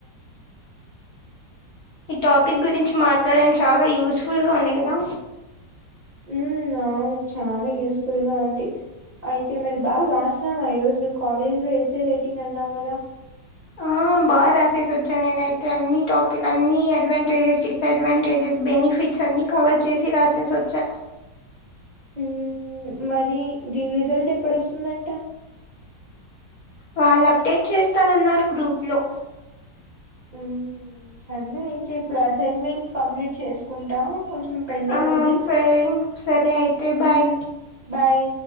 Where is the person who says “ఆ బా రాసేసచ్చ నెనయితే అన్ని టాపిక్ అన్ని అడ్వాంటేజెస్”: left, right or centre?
Left